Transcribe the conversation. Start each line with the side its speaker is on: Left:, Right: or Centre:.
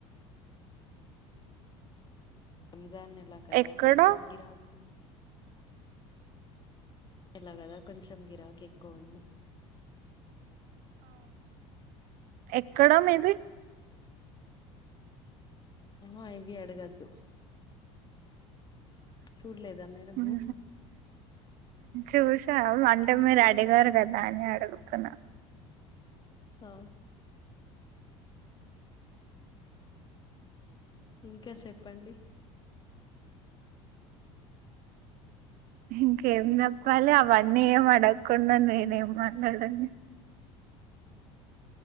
Left: రంజాన్ నెలా కదా
Right: ఎక్కడ
Left: కొంచెం గిరాకున్ ల గదా కొంచెం గిరాకెక్కువుంది
Right: ఎక్కడ మీది
Left: ఆ ఇవి అడగద్దు చూడలేదా మీరు
Right: గుడు చూశాం అంటే మీరు అడిగారు కదా అని అడుగుతున్నా
Left: ఆ ఇంకా చెప్పండి
Right: ఇంకేం చెప్పాలి అవన్నీ ఏం అడక్ కొండా నేనేం మాట్లాడాలి